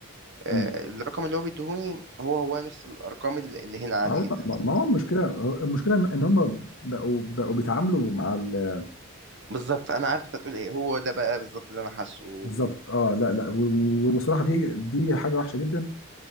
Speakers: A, on the right (about 55°); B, on the left (about 60°).
A: آه،
B: مم.
A: الرقم اللي هو بيديهوني هو هو نفس الارقام اللي اللي هنا عادي
B: ما هو
A: جدا
B: ما ما هو المشكله المشكله ان إن هم بقوا بقوا بيتعاملوا مع ال-
A: بالظبط انا عارف انت هتقول ايه هو ده بقى بالظبط اللي انا حاسه
B: بالظبط اه لا لا و- و- والصراحه دي دي حاجه وحشه جدا